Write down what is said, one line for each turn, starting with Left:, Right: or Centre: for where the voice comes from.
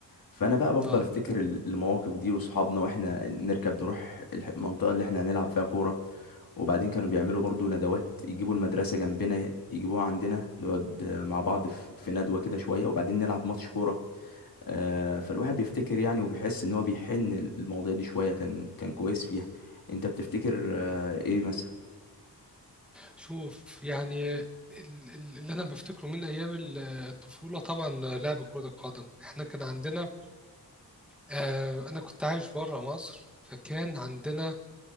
Left: فأنا بقى بفضل
Centre: اه
Left: أفتكر ال- المواقف دي وصحابنا وإحنا نركب نروح الح- المنطقة اللي إحنا هنلعب فيها كورة وبعدين كانوا بيعملوا برضو ندوات يجيبوا المدرسة جنبنا يجيبوها عندنا نقعد آه، مع بعض في في ندوة كده شوية وبعدين نلعب ماتش كورة آه، فالواحد بيفتكر يعني وبيحس إن هو بيحن المواضيع دي شوية كان كان كويس فيها أنت بتفتكر آه، إيه مثلا
Centre: شوف يعني ال- ال- اللي انا بفتكره من ايام ال- الطفوله طبعا لعب كره القدم احنا كان عندنا آه انا كنت عايش بره مصر فكان عندنا